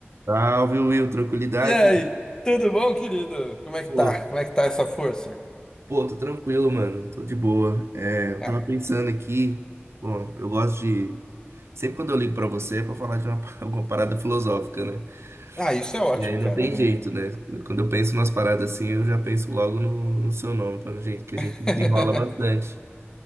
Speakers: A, on the right (about 80°); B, on the left (about 20°).
A: Salve, Will, tranquilidade?
B: E aí, tudo bom, querido? Como é que
A: Pô,
B: tá? Como é que tá essa força?
A: pô, tô tranquilo, mano, tô de boa. É, eu
B: Ah,
A: tava pensando aqui, bom, eu gosto de. Sempre quando eu ligo pra você é pra falar de uma, <laughs> alguma parada filosófica, né?
B: ah, isso é ótimo,
A: E aí não
B: cara.
A: tem
B: né?
A: jeito, né? Quando eu penso nas paradas assim, eu já penso logo no, no seu nome, pra gente, que a
B: <laughs>
A: gente desenrola bastante.